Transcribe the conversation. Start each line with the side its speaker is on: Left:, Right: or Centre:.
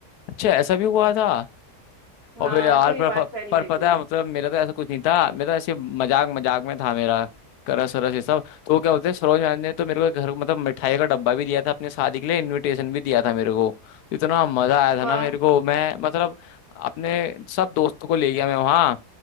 Left: अच्छा ऐसा भी हुआ था
Right: हाँ
Left: अबे यार
Right: तो ये
Left: पर,
Right: बात
Left: पर,
Right: फैल
Left: पर
Right: गई
Left: पता
Right: थी
Left: है मतलब मेरा तो ऐसा कुछ नहीं था मेरा तो ऐसे मजाक मजाक में था मेरा करस वरस ये सब तो वो क्या बोलते हैं सरोज मैम ने तो मेरे को एक घर मतलब मिठाई का डब्बा भी दिया था अपने शादी के लिए इनविटेशन भी दिया था मेरे को इतना मजा आया था
Right: वाह
Left: ना मेरे को मैं मतलब अपने सब दोस्तों को ले गया मैं वहाँ